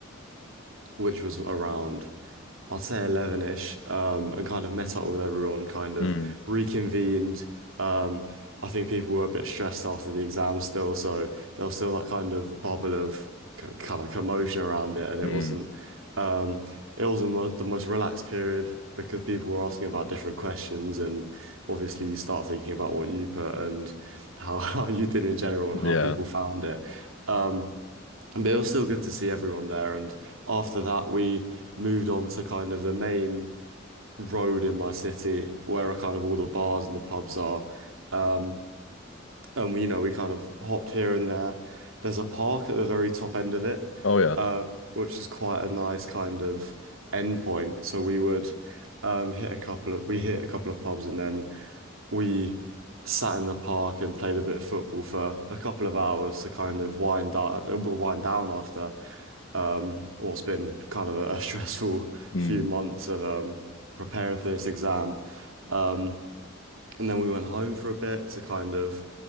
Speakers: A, on the right; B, on the left.
A: which was around, I'd say 11-ish, um, and kind of met up with everyone, kind of
B: mm,
A: reconvened. Um, I think people were a bit stressed after the exam still, so there was still that kind of bubble of k- kind of commotion around it, and it
B: mm.
A: wasn't, um, it wasn't mo the most relaxed period because people were asking about different questions, and obviously you start thinking about what you put and how <laughs> how you did in general and how
B: Yeah.
A: people found it. Um, but it was still good to see everyone there. And after that, we moved on to kind of the main road in my city where are kind of all the bars and the pubs are. Um, and we, you know, we kind of hopped here and there. There's a park at the very top end of it,
B: Oh, yeah.
A: um, which is quite a nice kind of end point. So we would um, hit a couple of we hit a couple of pubs and then we sat in the park and played a bit of football for a couple of hours to kind of wind down, wind down after um, what's been kind of a, a <laughs> stressful
B: Mm.
A: few months of um, preparing for this exam. Um, and then we went home for a bit to kind of,